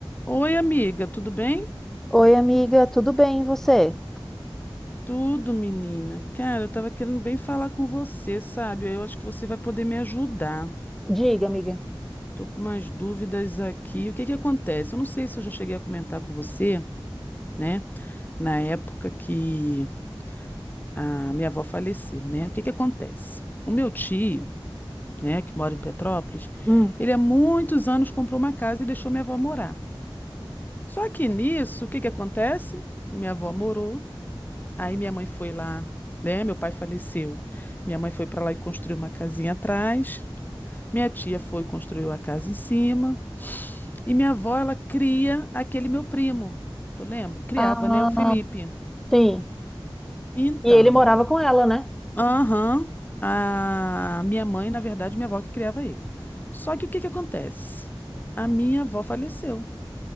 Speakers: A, on the left; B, in the centre.
A: Oi, amiga, tudo bem?
B: Oi, amiga, tudo bem, e você?
A: Tudo, menina. Cara, eu tava querendo bem falar com você, sabe? Eu acho que você vai poder me ajudar.
B: Diga, amiga.
A: Tô com umas dúvidas aqui. O que que acontece? Eu não sei se eu já cheguei a comentar com você, né? Na época que a minha avó faleceu, né? O que que acontece? O meu tio, né, que mora em Petrópolis,
B: Hum.
A: ele há muitos anos comprou uma casa e deixou minha avó morar. Só que nisso, o que que acontece? Minha avó morou. Aí minha mãe foi lá, né? Meu pai faleceu. Minha mãe foi para lá e construiu uma casinha atrás. Minha tia foi e construiu a casa em cima. E minha avó, ela cria aquele meu primo. Tu lembra? Criava,
B: Ah,
A: né? O Felipe.
B: sim.
A: Então,
B: E ele morava com ela, né?
A: aham, a minha mãe, na verdade, minha avó que criava ele. Só que o que que acontece? A minha avó faleceu.